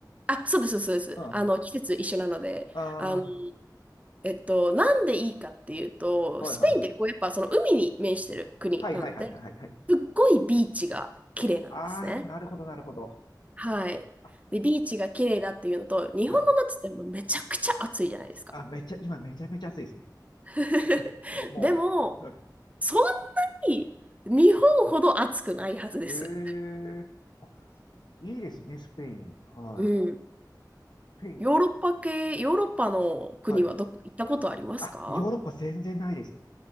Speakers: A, on the right; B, on the left.
A: あ、そうです、そうです。
B: うん。あ
A: あの、季節一緒なので、
B: あ、
A: あの、えっと、なんでいいかっていうと、
B: はい、
A: スペインってこう、
B: はい、は
A: やっぱその海に面してる国なので、
B: い、はい、はい、はい、はい。
A: すっごいビーチが綺麗なんですね。
B: ああ、なるほど、なるほど。
A: はい。
B: あ、
A: で、ビーチが綺麗だっていうのと、日本の夏ってもうめちゃくちゃ暑いじゃないですか。
B: はい。あ、めっちゃ、今めちゃめちゃ暑いですね。
A: <laughs>
B: <laughs> もう、もう。
A: でも、そんなに日本ほど暑くないはずです。
B: ええ、あ、いいですね、スペイン。はい。
A: うん。
B: スペイン、
A: ヨーロッパ系、ヨーロッパの国はどっか行ったことありますか
B: はい。あ、ヨーロッパ全然ないです。